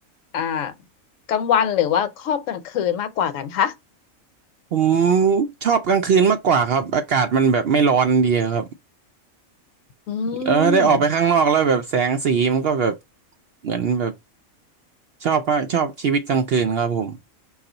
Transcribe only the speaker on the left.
อ่ากลางวันหรือว่าชอบกลางคืนมากกว่ากันคะ
อื
ม